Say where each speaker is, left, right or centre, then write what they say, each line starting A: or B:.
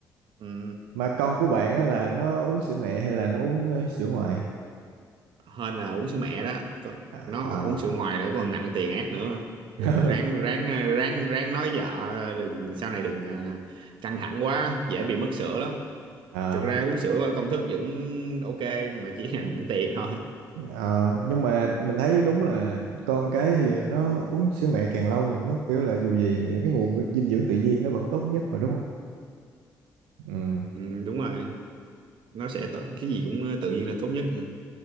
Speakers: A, on the right (about 65°); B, on the right (about 85°).
A: ừ,
B: Mà con của bạn á là nó uống sữa mẹ hay là nó uống ờ, sữa ngoại?
A: hên là uống sữa mẹ đó Còn-
B: À,
A: nó uống
B: à,
A: sữa ngoài nữa còn nặng tiền ác nữa
B: <laughs>
A: ráng ráng à, ráng ráng nói vợ đừng sau này đừng à, căng thẳng quá dễ bị mất sữa lắm
B: à,
A: thực ra uống sữa ở công thức vẫn ok mà chỉ <laughs> là nặng tiền thôi
B: à, nhưng mà mình thấy đúng là con cái thì nó uống sữa mẹ càng lâu thì nó kiểu là dù gì thì
A: ừ,
B: cái nguồn dinh dưỡng tự nhiên nó vẫn tốt nhất mà đúng không? Ừ.
A: ừ, đúng rồi nó sẽ tốt cái gì cũng tự nhiên là tốt nhất ừ.